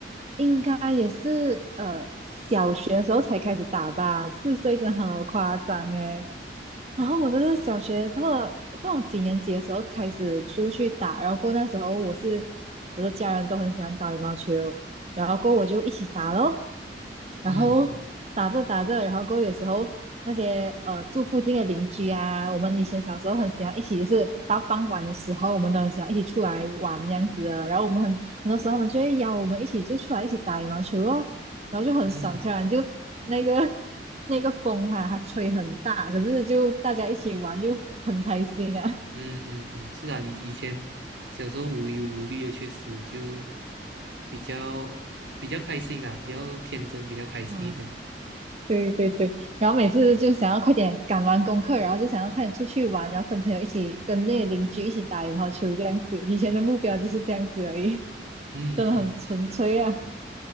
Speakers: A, on the right; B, on the right.
A: 应该也是呃小学的时候才开始打吧，四岁真的好夸张诶。然后我真的是小学差不多不知道几年级的时候开始出去打，然后过那时候我是我的家人都很喜欢打羽毛球，然后过后我就一起打咯。然后打着打着，
B: 嗯嗯
A: 然后过后有时候那些呃住附近的邻居啊，我们以前小时候很喜欢一起，就是到傍晚的时候，我们都很喜欢一起出来玩这样子的。然后我们很很多时候他们就会邀我们一起就出来一起打羽毛球哦，然后就很爽，
B: 嗯
A: 虽然就那个 <laughs> 那个风哈、它吹很大，可是就大家一起玩就很开心啊。
B: 嗯嗯嗯，是啊，以以前小时候无忧无虑的，确实就比较比较开心啦，比较天真，比较开心一点。
A: 啊，对对对，然后每次就想要快点赶完功课，然后就想要快点出去玩，然后跟朋友一起跟那些邻居一起打羽毛球这样子。以前的目标就是这样子而已，<laughs>
B: 嗯嗯，
A: 真的很纯粹啊